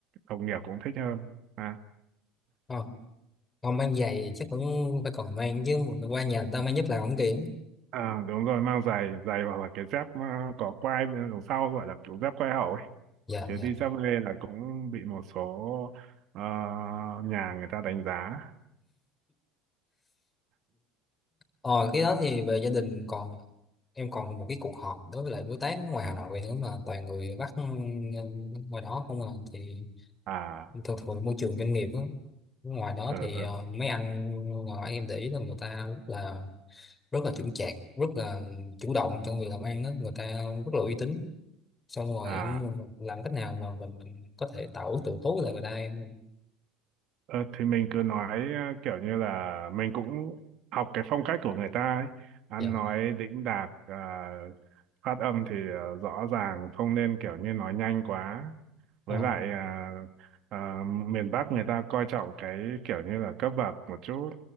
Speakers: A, on the right (about 55°); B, on the left (about 20°).
A: đồng nghiệp cũng thích hơn à,
B: Ờ, không mang giày chắc cũng phải còn mang chứ qua nhà người ta mang giúp làm không kiện
A: à đúng rồi mang giày giày hoặc là cái dép à, có quai bên đằng sau gọi là kiểu dép quai hậu ấy
B: dạ
A: chứ
B: dạ
A: đi dép lê là cũng bị một số ờ, nhà người ta đánh giá
B: Ờ, cái đó thì về gia đình còn em còn một cái cuộc họp đối với lại đối tác nước ngoài Hà Nội nữa mà toàn người Bắc ừ, ngoài đó không à thì
A: à
B: thường thường môi trường doanh nghiệp đó. Ngoài đó
A: ừ,
B: thì
A: ừ.
B: ờ, mấy anh ngoài em để ý là người ta rất là rất là chững chạc rất là chủ động trong việc làm ăn đó người ta rất là uy tín xong rồi
A: à
B: em làm cách nào mà mình mình có thể tạo ấn tượng tốt với lại người ta em
A: Ờ, thì mình cứ nói ờ, kiểu như là mình cũng học cái phong cách của người ta ấy. Ăn
B: dạ
A: nói đĩnh đạc à, phát âm thì ờ, rõ ràng không nên kiểu như nói nhanh quá
B: ờ,
A: với lại à, à, miền Bắc người ta coi trọng cái kiểu như là cấp bậc một chút